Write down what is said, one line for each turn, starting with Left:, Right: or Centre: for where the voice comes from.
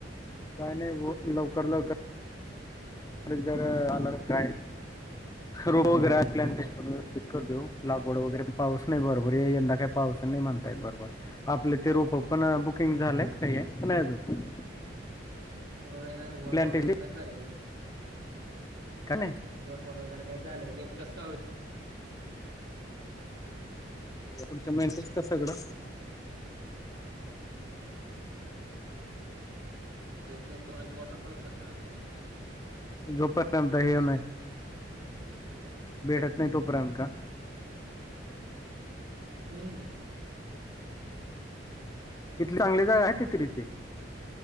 Left: काय नाही होत लवकर लवकर. जर आलं काय? रो वगैरे आपल्या पण व्यवस्थित कर देऊ लागवड वगैरे पाऊस नाही बरोबर आहे यंदा काय? पावस नाही म्हणतायत बरोबर. आपले ते रोप पण बुकिंग झालेयत काही नाही अजून.
Right: होर
Left: प्लॅनटेशन
Right: को काय झालेल नाही.
Left: कनी?
Right: वरपड वगैर काही झालं नाही तर कस का
Left: पुढच्या मेहनतच का सगळं?
Right: देत नाही तो माची ऑर्डर काढू शकणार नाहीये.
Left: जोपर्यंत हे
Right: असं
Left: नाही. भेटत नाही तोपर्यंत का?
Right: हम्म.
Left: इथली चांगली जागा आहे तेथरीची.